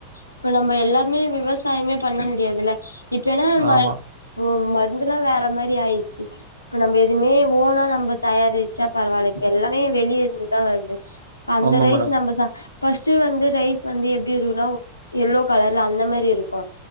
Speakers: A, on the left; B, on the right.
A: இப்ப நம்ப எல்லாருமே விவசாயமே பண்ண முடியாதுல இப்ப எனா நம்பல்
B: ஆமா
A: ஒ மருந்துலா வேற மாரி ஆயிர்ச்சு இப்ப நம்ப எதுமே ஓனா நம்ப தயாரிச்சா பரவால்ல இப்ப எல்லாமே வெளிய இருந்துதா வருது அந்த
B: ஆமா
A: ரைஸ்
B: மேடம்
A: நம்ப சா ஃபர்ஸ்டு வந்து ரைஸ் வந்து எப்டி இருக்குனவ் எல்லோ கலர்ல அந்த மாரி இருக் கு